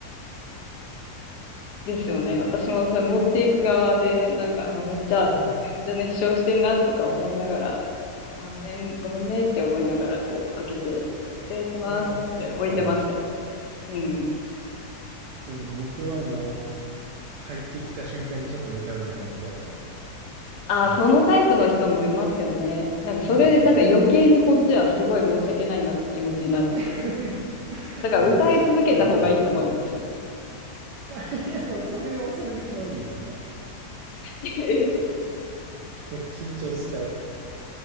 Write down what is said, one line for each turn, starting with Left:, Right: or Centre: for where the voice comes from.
Left: ですよね。私もそれ持っていく側で、
Right: <laughs> あ、
Left: なんか、あ、めっちゃ、
Right: あはいは
Left: めっちゃ熱唱してんなとか思いながら、あ、ごめん、ごめんねって思いながら、こう、開けて、失礼しますって置いてましたよ。
Right: い。やっぱそうですよね。
Left: うん。
Right: うん、僕はもう入ってきた瞬間にちょっと歌うのやめちゃうかも。
Left: あ、
Right: 普段は。
Left: そのタイプの人もいますよね。なんかそれ、
Right: そうっすよね。
Left: なんか余計にこっちはすごい申し訳ないなって気持ちになるんですよ。
Right: <laughs>
Left: だから歌い続けた方がいいと思いますよ。
Right: でも、ちっちゃいから。うん。<laughs> あいや、でもそれはそれで気まずいというか。
Left: <laughs>
Right: なんか緊張しちゃう。